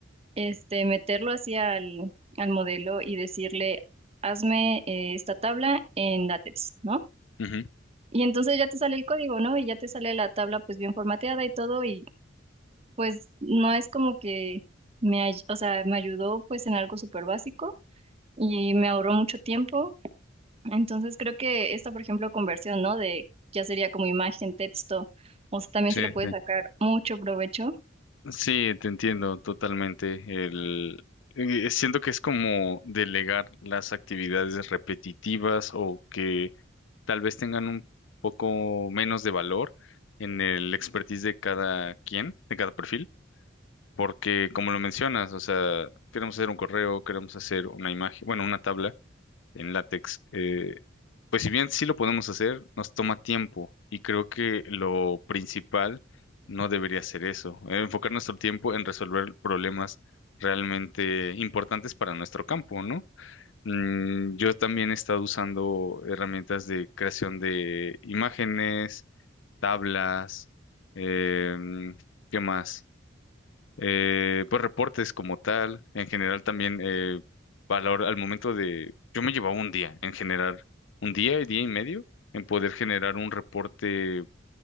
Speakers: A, on the right; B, on the left.
A: este, meterlo hacia al, al modelo y decirle, hazme eh, esta tabla en LaTeX, ¿no?
B: Ujú,
A: Y entonces ya te sale el código, ¿no? Y ya te sale la tabla pues bien formateada y todo, y pues no es como que me, ay- o sea, me ayudó pues en algo súper básico y me ahorró mucho tiempo. Entonces creo que esta, por ejemplo, conversión, ¿no? De ya sería como imagen, texto, o sea, también
B: Sí,
A: se le puede
B: sí.
A: sacar mucho provecho.
B: Sí, te entiendo totalmente. El, eh, siento que es como delegar las actividades repetitivas o que tal vez tengan un poco menos de valor en el expertise de cada quien, de cada perfil, porque como lo mencionas, o sea, queremos hacer un correo, queremos hacer una imagen, bueno, una tabla en látex, eh, Pues si bien sí lo podemos hacer, nos toma tiempo y creo que lo principal no debería ser eso, eh, enfocar nuestro tiempo en resolver problemas realmente importantes para nuestro campo, ¿no? Mm, yo también he estado usando herramientas de creación de imágenes, tablas, em, ¿qué más? eh, pues reportes como tal, en general también eh, a la hora- al momento de, yo me llevaba un día en generar, un día y día y medio en poder generar un reporte